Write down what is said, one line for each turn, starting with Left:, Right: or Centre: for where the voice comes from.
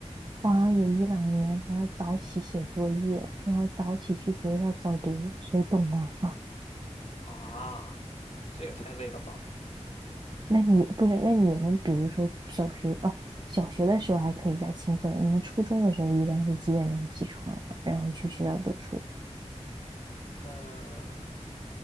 Right: 我好像有一两年还要早起写作业，然后早起去学校早读，谁懂啊？<laughs> 啊，
Left: 啊，这也太累了吧？
Right: 那你不是？那你们比如说小学啊，小学的时候还可以再轻松一点你们初中的时候一般是几点钟起床，然后去学校读书？
Left: 呃，